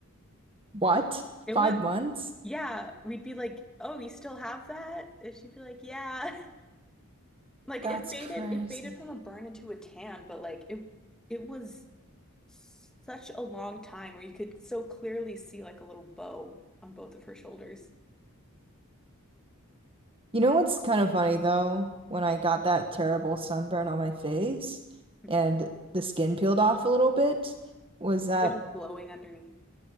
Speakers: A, on the right (about 25°); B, in the centre.
A: What?
B: It
A: Five
B: was,
A: months?
B: yeah, we'd be like, "Oh, you still have that?" And she'd be like, "Yeah." <laughs> Like
A: That's
B: it faded,
A: crazy.
B: it faded from a burn into a tan, but like it, it was such a long time where you could so clearly see like a little bow on both of her shoulders.
A: You know what's kind of funny though? When I got that terrible sunburn on my face
B: Hmm.
A: and the skin peeled off a little bit, was that
B: They're just glowing underneath.